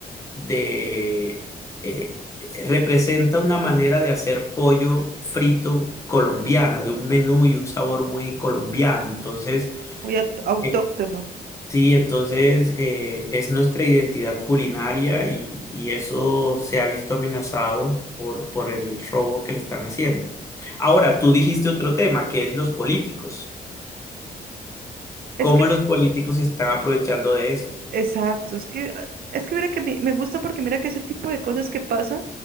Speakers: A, on the left (about 20°); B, on the right (about 70°).
A: de... eh, representa una manera de hacer pollo frito colombiana, de un menú y un sabor muy colombiano. Entonces,
B: muy aut- autóctono.
A: eh, Sí, entonces eh, es nuestra identidad culinaria y, y eso se ha visto amenazado por, por el robo que le están haciendo. Ahora, tú dijiste otro tema, que es los políticos.
B: Es
A: ¿Cómo los políticos se están aprovechando de esto?
B: Exacto, es que, ah, es que mira que me, me gusta porque mira que ese tipo de cosas que pasan,